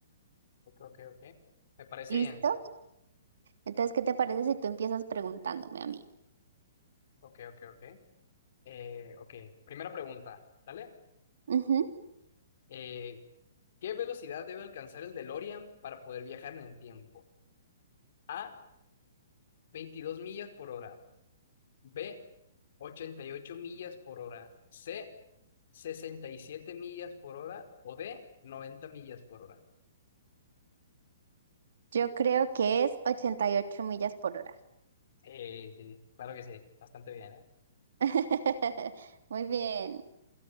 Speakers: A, on the left; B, on the right.
A: ok, ok, ok. Me parece
B: ¿Listo?
A: bien.
B: Entonces, ¿qué te parece si tú empiezas preguntándome a mí?
A: Ok, ok, ok. Eh, ok, primera pregunta, ¿vale?
B: Ujú.
A: Eh, ¿qué velocidad debe alcanzar el DeLorean para poder viajar en el tiempo? A, 22 millas por hora. B, 88 millas por hora. C, 67 millas por hora. O D, 90 millas por hora.
B: Yo creo que es 88 millas por hora.
A: Eh, sí, claro que sí, bastante bien, ¿eh?
B: <laughs> Muy bien,